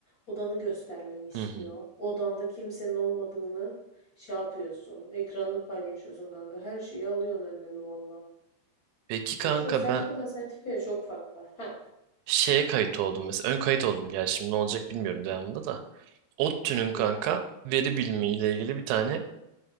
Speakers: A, on the left; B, on the right.
A: odanı göstermeni istiyor
B: hı hı.
A: odanda kimsenin olmadığını şey yapıyorsun ekranını paylaşıyorsun kanka her şeyi alıyorsun önlemi valla
B: Peki kanka
A: yani çok sertifikadan
B: ben
A: sertifikaya çok fark var ha
B: şeye kayıt oldum mesela ön kayıt oldum gel şimdi ne olacak bilmiyorum devamında da. ODTÜ'nün
A: hı.
B: kanka veri bilimi ile ilgili bir tane